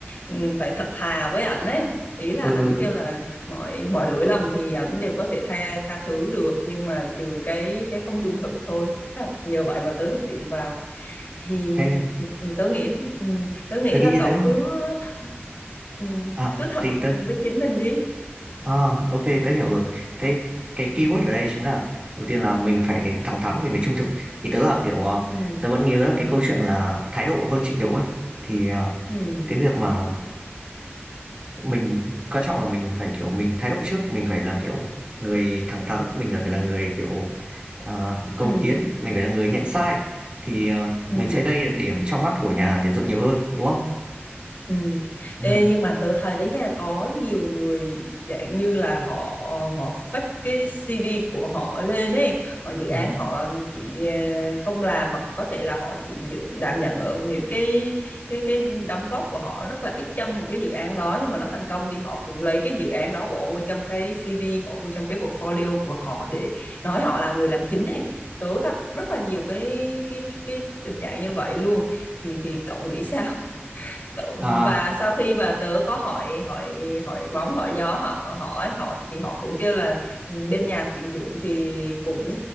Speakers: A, on the left (about 50°); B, on the right (about 25°).
A: ừm, phải thật thà với ảnh ấy ý là
B: ừ,
A: ảnh kêu
B: ừ,
A: là mọi mọi lỗi lầm thì ảnh đều có thể tha tha thứ được nhưng mà trừ cái cái không trung thực thôi thế là nhờ vậy mà tớ được tiện vào thì
B: ê,
A: thì ừ, tớ nghĩ ừ, tớ nghĩ
B: tớ
A: là
B: nghĩ
A: cậu
B: tớ,
A: cứ th- ừ,
B: à,
A: cứ thật
B: thì tớ,
A: với chính mình đi
B: à, ok, tớ hiểu rồi. Thế cái keyword ở đây chính là, đầu tiên là mình phải thẳng thắn, mình phải trung thực. Thì tớ là kiểu, ờ,
A: ừ
B: tớ vẫn nhớ là cái câu chuyện là thái độ hơn trình độ ấy, thì ờ,
A: ừ
B: cái việc mà mình quan trọng là mình phải kiểu mình thái độ trước mình phải là kiểu người thẳng thắn mình là phải là người kiểu à, cầu
A: ừ
B: tiến mình phải là người nhận sai thì ờ,
A: ừ
B: mình sẽ gây được điểm trong mắt của nhà tuyển dụng nhiều hơn đúng không
A: Ừ.
B: ừ.
A: Ê, nhưng mà tớ thấy nha, có nhiều người dạng như là họ ờ, họ fake cái CV của họ lên ấy, họ dự
B: Ừ.
A: án họ chỉ ờ, không làm hoặc có thể là họ chỉ dự, đảm nhận ở những cái cái cái đóng góp của họ rất là ít trong một cái dự án đó nhưng mà nó thành công thì họ cũng lấy cái dự án đó bỏ vô trong cái CV, bỏ vô trong cái portfolio của họ để nói họ là người làm chính ấy. Tớ gặp rất là nhiều cái cái cái cái tình trạng như vậy luôn. Thì thì cậu nghĩ sao? Cậu-
B: à
A: và sau khi mà tớ có hỏi hỏi hỏi bóng hỏi gió họ hỏi họ thì họ cũng kêu là ừ, bên nhà tuyển dụng thì cũng